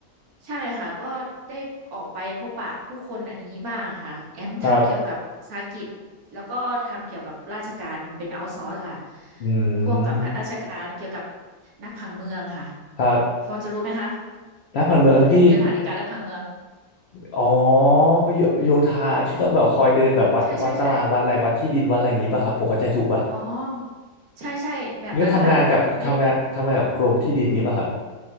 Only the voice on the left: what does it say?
ครับอื
ม
ครับ
นักผันเมืองที่
อ๋อโยโยธาที่ต้องแบบคอยเดินแบบวัดวัดตารางวัดอะไรวัดที่ดินวัดอะไรอย่างงี้ป่ะครับผมเข้าใจถูกป่ะ
นี่ก็ทำงานกับทำงานทำงานกับกรมที่ดินงี้ป่ะครับ